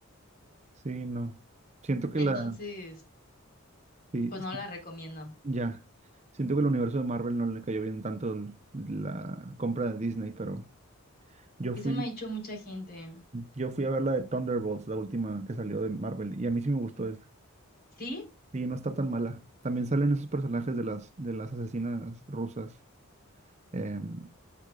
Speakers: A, on the right; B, on the left.
A: Sí, no. Siento que
B: <laughs> Entonces,
A: la, sí,
B: pues
A: sí,
B: no la recomiendo.
A: ya. Siento que el universo de Marvel no le cayó bien tanto el- la compra de Disney, pero yo fui,
B: Eso me ha dicho mucha gente.
A: yo fui a ver la de Thunderbolts, la última que salió de Marvel, y a mí sí me gustó esa.
B: ¿Sí?
A: Sí, no está tan mala. También salen esos personajes de las, de las asesinas rusas. em,